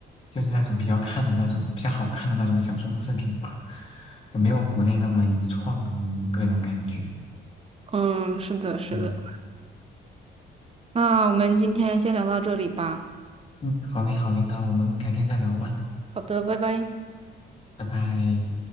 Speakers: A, on the left (about 30°); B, on the right (about 30°).
A: 就是那种比较看的那种比较好看的那种小装饰品吧，就没有国内那么有创意，我个人感觉。
B: 嗯，是的，是的。
A: 嗯
B: 那我们今天先聊到这里吧。
A: 嗯，好嘞好嘞，那我们改天再聊吧，
B: 好的，拜拜。
A: 拜拜。